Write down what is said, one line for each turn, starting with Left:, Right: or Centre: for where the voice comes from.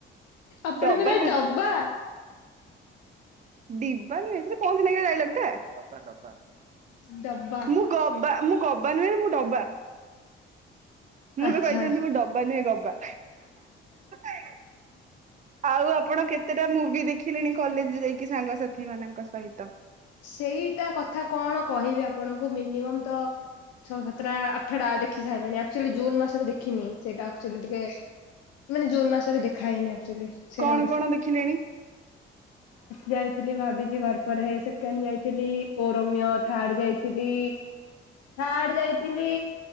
Left: ଆପଣଙ୍କ
Right: ଡବା
Left: ନାଁ ଡବା
Right: ଦିବାନ ହେଇ କଣସି ଲାଗ ଗାଇ ଗଟେ
Left: ଡବା।
Right: ମୁଁ ଗବା ମୁଁ ଗବା ନୁହେଁ ମୁଁ ଡବା ମୁଁ
Left: ଆଚ୍ଛା
Right: ବି କହିଥାନ୍ତି ମୋ ଡବା ନୁହେଁ ଗ ବା <inaudible> ଆଉ ଆପଣ କେତେଟା ମୁଭି ଦେଖିଲେଣି କଲେଜ ଯାଇକି ସାଙ୍ଗସଥି ଏ ମାନଙ୍କ ସହିତ
Left: ସେଇଟା କଥା କଣ କହିବି ଆପଣଙ୍କୁ ମିନିମମ୍ ତ ଛଅ ସାତଟା ଆଠଟା ଦେଖି ସାରିଲାଣି ଆଚୁଆଲି ଜୁନ୍ ମାସରେ ଦେଖିନି ସେଇଟା ଆକ୍ଚୁଆଲି ଟିକେ ମାନେ ଜୁନ୍ ମାସରେ ଦେଖାହଇନି ସେଟା
Right: କଣ କଣ ଦେଖିଲେଣି?
Left: ଗୋଟେଲେ ଭାବିଛି ଘର ପରେରେ ହେ ସେ ଯାଇଥିଲି ଓରମ୍ୟ ଥଡ ଯାଇଥିଲି ଥାର୍ଡ ଯାଇଥିଲି